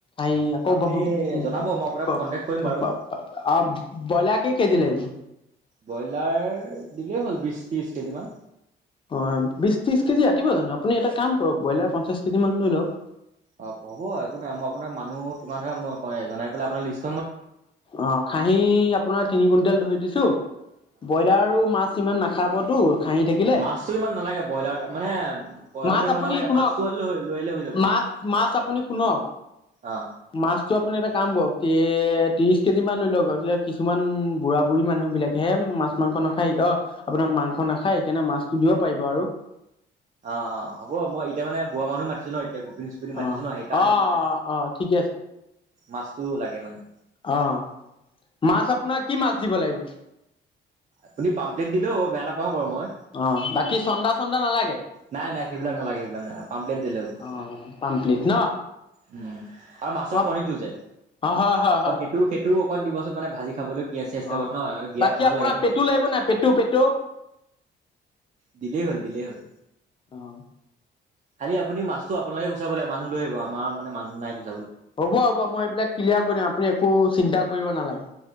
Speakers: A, on the left (about 25°); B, on the right (about 40°).
A: ন ক
B: আপুনি
A: ব্ৰইলাৰ
B: জনাব মই আপোনাক কণ্টেক্ট কৰিম বাৰু
A: একেই কেজি লাগিব।
B: ব্ৰইলাৰ দিলেই হ'ল বিশ ত্ৰিশ কেজিমান।
A: অ', বিশ, ত্ৰিশ কেজি আতিব জানো আপুনি এটা কাম কৰক ব্ৰইলাৰ পঞ্চাশ কেজি মান লৈ লওঁক।
B: অঁ পা'ব একো নাই মই আপোনাক মানুহ কিমান ধৰ ম জনাই পেলাই আপোনাৰ লিটচ্
A: অঁ খাহী আপোনাৰ তিনি কুইণ্টেল ধৰি দিছো ব্ৰইলাৰ আৰু মাছ ইমান নাখ নাখাবতো। খাহি থাকিলে
B: মাছতটো ইমান নালাগে ব্ৰইলাৰ মানে ব্ৰইলাৰটো
A: মাছ
B: ইমান
A: আপুনি
B: নালাগে
A: শুনক
B: মাছটো লৈ আহিলে হৈ যাব
A: মাছ মাছ আপুনি শুনক
B: অ
A: মাছটো আপুনি এটা কাম কৰক ত্ৰিশ কেজি মান লৈ লওতি কিছু বুঢ়া বুঢ়ী মানুহ বিলাকেহে মাছ মাংস নাখায় অঁ আপোনাৰ মাংস নাখায় সেইকাৰণে মাছটো দিব পাৰিব আৰু।
B: অঁ অঁ হ'ব মই এতিয়া মানে বুঢ়া মানুহো মাতিছো ন এতিয়া পিন চুপিন মাতিছো
A: অ
B: ন সেইকাৰণে
A: অ
B: মানে
A: অ ঠিকে
B: মাছতটো লাগে মানে
A: অঁ মাছ আপোনাৰ কি মাছ দিব লাগিব!
B: আপুনি পামপ্লেট দিলেও হ'ব বেয়া নাপাওঁ বাৰু মই
A: অঁ বাকী চন্দা চন্দা নালাগে।
B: নাই নাই সেইবিলাক নালাগে সেইবিলাক ন নাগে পামপ্লেট দিলে হ'ব
A: অ পামপ্লেট ন
B: উম আৰু মাছৰ
A: মই
B: কণীটো যে
A: হয় হয় হয়
B: অঁ সেইটো সেইটোওঁ অকণ দিবচোন মানে ভাজি খাবলৈ ই চেষ্টা
A: অ
B: কৰত নহয়ান বিৰাত
A: বাকী
B: ভাল
A: আপোনাৰ
B: লাগে ন।
A: পেটু লাগিব নাই পেটু পেটু।
B: দিলেই হ'ল দিলেই হ'ল।
A: অ
B: খালি আপুনি মাছটো আপোনোকে গচাবাগ মানুহ লৈ আহিব আমাৰ মানে মানুহ নাই বেছি
A: হ'ব হ'ব মই এইবিলাক ক্লিয়াৰ কৰি দিম আপুনি একো চিন্তা কৰিব নালাগে।